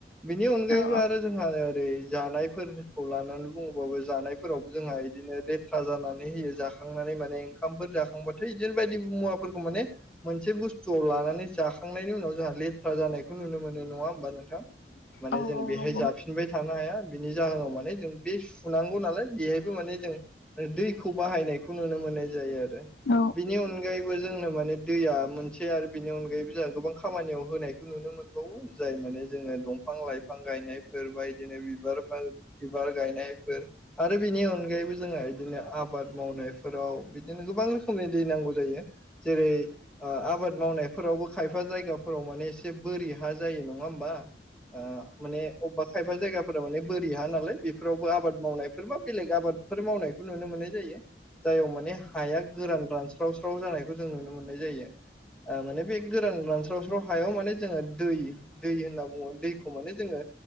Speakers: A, in the centre; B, on the left.
A: बिनि अनगायैबो
B: औ
A: आरो जोंहा ओरै जानायफोरखौ लानानै बुङोबाबो जानायफोरावबो जोंहा इदिनो लेथ्रा जानानै होयो। जाखांनानै माने ओंखामफोर जाखांबाथाय इदिनो बायदि मुवाफोरखौ माने मोनसे बुस्थुआव लानानै जाखांनायनि उनाव जोंहा लेथ्रा जानायखौ नुनो मोनो नङा होमबा नोंथां माने
B: औ
A: जों बेहाय
B: नंगौ
A: जाब थानो हाया बिनि जाहोनाव माने जों बे सुनांगौ नालाय बेहाय बो माने जों दैखौ बाहायनाय खौ नुनो मोननाय जायो। आरो
B: औ
A: बिनि अनगायैबो जोंनो माने दैया मोनसे आरो बिनि अनगायैबो जोंहा गोबां खामानियाव होनायखौ नुनो मोनबावो जाय माने जोङो दंफां लाइफां बिफां गायनायफोर बा इदिनो बिबार बार बिबार गायनायफोर आरो बिनि अनगायैबो जोंहा इदिनो आबाद मावनायफोराव बिदिनो गोबां रोखोमनि दै नांगौ जायो जेरै ओ आबाद मावनायफोरावबो खायफा जायगाफोराव माने एसे बोरि हा जायो नङा होनबा ओ माने अबबा जायगाफोरा माने बोरि हा नालाय बेफोरावबो आबाद मावनायफोर बा बेलेग आबादफोर मावनाय बो नुनो मोननाय जायो जायाव माने हाया गोरान रानस्रावस्रा <unintelligible> जानायखौ जों नुनो मोननाय जायो। आ माने बे गोरान रानस्रावस्राव हायाव माने जोङो दै-दै होनना बुङो दैखौ माने जोङो